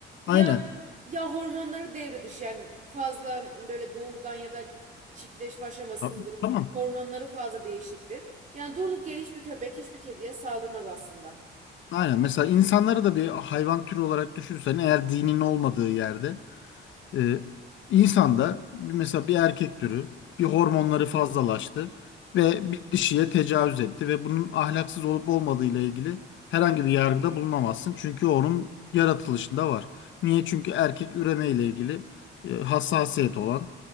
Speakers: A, on the right; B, on the left.
A: ya
B: aynen.
A: ya hormonları devre dışı yani fazla böyle doğurgan ya da çiftleşme aşamasındadır.
B: Ta- Tamam.
A: Hormonları fazla değişiktir. Yani durduk yere hiçbir köpek hiçbir kediye saldırmaz aslında.
B: Aynen. Mesela insanları da bir hayvan türü olarak düşünürsen eğer dinin olmadığı yerde Ee, insanda bir- mesela bir erkek türü bir hormonları fazlalaştı ve bir dişiye tecavüz etti ve bunun ahlaksız olup olmadığı ile ilgili herhangi bir yargıda bulunamazsın. Çünkü onun yaratılışında var. Niye? Çünkü erkek üreme ile ilgili e, hassasiyet olan